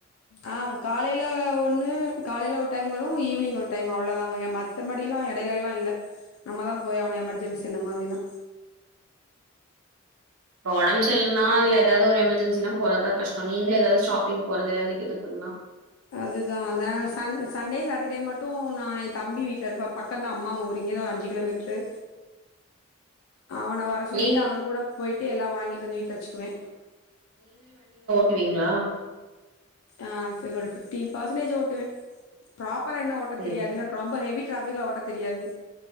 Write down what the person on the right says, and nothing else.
இப்போ ஒடம் சர்லன்னா இல்ல எதாவது ஒரு எமர்ஜென்சினா போறதா கஷ்டோ நீங்கலே எதாவது ஷாப்பிங் போறது அதுக்கிதுக் எல்லா
நீ
டுவீங்களா
ம்